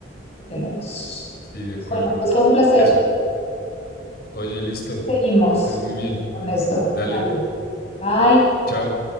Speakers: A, on the left; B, on the left.
A: que tenemos.
B: sí, de
A: Pues
B: acuerdo.
A: bueno, pues fue un placer.
B: Eso. Oye, listo.
A: Seguimos
B: Que estés muy bien.
A: con esto.
B: Dale,
A: Vale. Bye.
B: chao.